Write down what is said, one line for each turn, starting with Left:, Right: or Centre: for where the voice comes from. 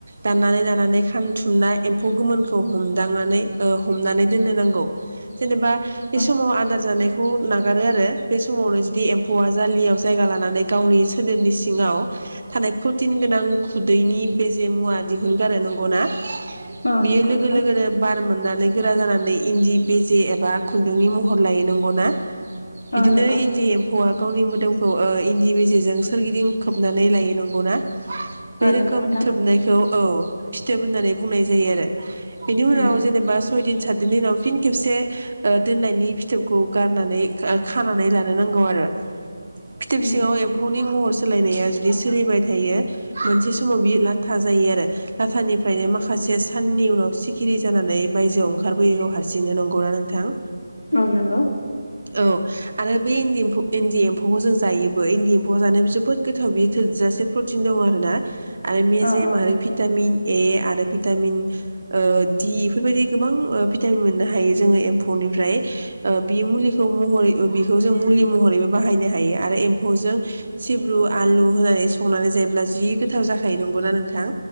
Right: दाननानै लानानै खानथुमना एम्फौ गोमोनखौ हमदांनानै ओ- हमनानै दोननो नांगौ। <inaudible> जेनेबा बे
Left: औ
Right: समाव आदार जानायखौ खौ नागारो आरो बे समावनो जुदि एम्फौआ जालियाव जायगा लानानै गावनि सोलेरनि सिङाव थानाय प्रटिन गोनां खुदैनि बेजे मुवा दिहुनगारो नंगौना?
Left: औ
Right: बियो
Left: नंगौ
Right: लोगो
Left: नोंथां
Right: लोगोनो बार मोननानै गोरा जानानै इन्दि बिजे एबा खुन्दुंनि महर लायो नंगौना।
Left: औ
Right: बिदिनो
Left: नंगौ
Right: इन्दि एम्फौआ। गावनि मोदोमखौ ओ- इन्दि बेेजेजों सोरगिदिं खोबनानै लायो नंगौना। बे
Left: औ
Right: रोखोम
Left: नंगौ नोंथां
Right: थोबनायखौ। औ फिथोब होननानै बुंनाय जायो आरो। बेनि उनाव
Left: उम
Right: जेनेबा सय दिन। साट दिननि उनाव। फिन खेबसे ओ-दोननायनि फिथोबखौ गारनानै खानानै लानो नांगौ आरो। फिथोब
Left: उम
Right: सिङाव एम्फौनि महर सोलायनाया जुदि सोलिबाय थायो मोनसे समाव बियो लाथा जायो आरो लाथानिफ्रायनो माखासे साननि उनाव सिखिरि जानानै बायजोआव ओंखारबोयो गाव हारसिं। हासिंनो नंगौना नोंथां?
Left: औ नोंगौ।
Right: औ आरो बे इन्दिम्फौ इन्दि एम्फौखौ जों जायोबो इन्दि एम्फौआव जानाय जोबोद गोथाव बियो थोजासे प्रटिन दं आरोना। आरो मेजेम
Left: औ औ
Right: आरो भिटामिन। ए आरो भिटामिन ओ-दि बेफोर बायदि गोबां ओ- फि भिटामिन मोननो हायो जोङो एम्फौनिफ्राय ओ-बि मुलिखौ महरै बिखौ जों मुलि ओ-महरैबो बाहायनो हायो आरो एम्फौजों सिब्रु आलु होनानै संनानै जायोब्ला जि गोथाव जाखायो नंगौना नोंथां?